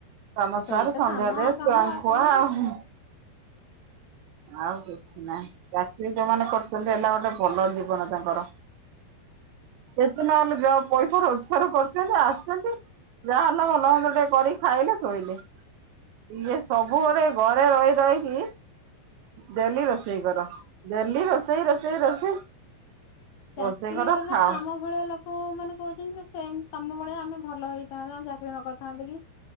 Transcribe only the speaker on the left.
ସେଇ
ତ
କାମ
ଆଉ କାମ
ଆଉ
କଣ କି?
ଚାକିରି
ବାଲା
ଆମ ଭଳିଆ ଲୋକ ପୁଅ ମାନେ କହୁଚନ୍ତି ଯେ ସେ ତମ ଭଳି ଆମେ ଭଲ ହେଇଥାନ୍ତେ ଆମେ ଚାକିରି ନ କରିଥାନ୍ତେ କି?